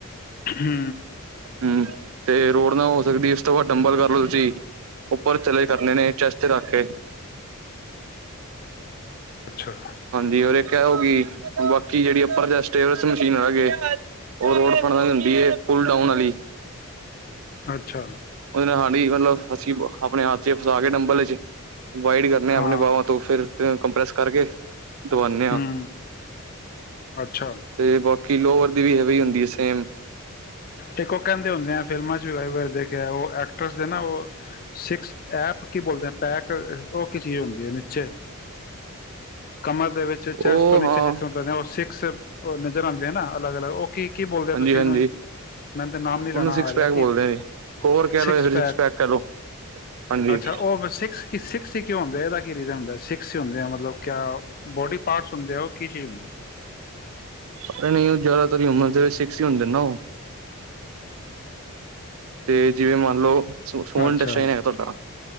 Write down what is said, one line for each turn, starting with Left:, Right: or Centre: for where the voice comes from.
Left: ਹੂੰ
Right: ਹੂੰ, ਤੇ ਰੋਡ ਨਾ ਹੋ ਸਕਦੀ ਉਸ ਤੋਂ ਬਾਅਦ ਡੰਬਲ ਕਰ ਲੋ ਤੁਸੀਂ, ਉੱਪਰ ਚਲੇ ਕਰਨੇ ਨੇ ਚੈਸਟ ਰੱਖ ਕੇ
Left: ਅੱਛਾ
Right: ਹਾਂਜੀ ਰ ਇੱਕ ਹੋ ਗਈ ਬਾਕੀ ਜਿਹੜੀ ਅਪਰਜਸਟ ਮਸ਼ੀਨ ਰ ਗ ਉਹ ਰੋਡ ਫੜਨਾ ਹੁੰਦੀ ਹੈ ਫਲ ਡਾਊਨ ਵਾਲੀ
Left: ਅੱਛਾ
Right: ਹਾਂਡੀ ਮਤਲਬ ਅਸੀਂ ਆਪਣੇ ਹੱਥ ਚ ਫਸਾ ਕੇ ਡੰਬਲ ਚ ਵਾਈਡ ਕਰਨੇ ਆ
Left: ਹਾਂ
Right: ਆਪਣੇ ਬਾਵਾਂ ਤੋਂ ਫਿਰ ਕੰਪਰੈਸ ਕਰਕੇ ਦਵਾਨੇ ਹਾਂ
Left: ਹੂੰ ਅੱਛਾ
Right: ਤੇ ਬਾਕੀ ਕਿ ਲੋਵਰ ਦੀ ਵੀ ਇਹ ਹੀ ਹੁੰਦੀ ਹੈ ਸੇਮ
Left: ਇੱਕ ਉਹ ਕਹਿੰਦੇ ਹੁੰਦੇ ਆ ਫਿਲਮਾਂ ਚ ਵ ਦੇਖਿਆ ਉਹ ਐਕਟਰਸ ਦੇ ਨਾ ਉਹ ਸਸ ਐਪ ਕੀ ਬੋਲਦੇ ਪੈਕ ਉਹੀ ਚੀਜ਼ ਹੁੰਦੀ ਹੈ ਨੀਚੇ ਕਮਰ ਦੇ ਵਿੱਚ ਚੈਸ
Right: ਉਹ
Left: ਤੋਂ ਨੀਚੇ
Right: ਹਾਂ
Left: ਜਿਸ ਤਰ੍ਹਾਂ ਦ ਉਹ ਸਿਕਸ ਉਹ ਨਜ਼ਰ ਆਉਂਦੇ ਹੈ ਨਾ ਅਲੱਗ ਅਲੱਗ ਉਹ ਕੀ ਕੀ ਬੋਲਦੇ
Right: ਹਾਂਜੀ
Left: ਹੋ ਤੁਸੀਂ
Right: ਹਾਂਜੀ
Left: ਉਹਨੂੰ ਮੈਨੂੰ ਤੇ ਨਾਮ ਨੀ ਲੈਣਾ
Right: ਉਹਨੂੰ ਸਿਕਸ
Left: ਆ ਰਿਹਾ
Right: ਪੈਕ ਬੋਲਦੇ
Left: ਕਿ
Right: ਨੇ ਕੋਰ ਕਹਿ
Left: ਸੀਕਸ
Right: ਲਓ ਜਾਂ ਫਿਰ
Left: ਪੈਕ
Right: ਸਿਕਸ ਕਹਿ ਲਓ ਹਾਂਜੀ
Left: ਅੱਛਾ। ਉਹ ਸੀਕਸ ਹੀ ਕਿਉਂ ਹੁੰਦਾ, ਇਹਦਾ ਕੀ ਰੀਜ਼ਨ ਹੁੰਦਾ ਸਿਕਸ ਹੀ ਹੁੰਦੇ ਆ ਮਤਲਬ ਕਿਆ ਬੋਡੀ ਪਾਰਟਸ ਹੁੰਦੇ ਆ ਉਹ ਕੀ ਚੀਜ਼ ਹੁੰਦੀ
Right: ਪਰ ਨਹੀਂ ਉਹ ਜ਼ਿਆਦਾਤਰਰੀ ਉਮਰ ਦੇ ਵਿੱਚ ਸਿਕਸ ਹੀ ਹਣ ਦਿੰਦਾ ਉਹ ਤੇ ਜਿਵੇਂ ਮੰਨ ਲਓ। ਫੋਨਟ
Left: ਅੱਛਾ
Right: ਹੈਗਾ ਤੁਹਾਡਾ,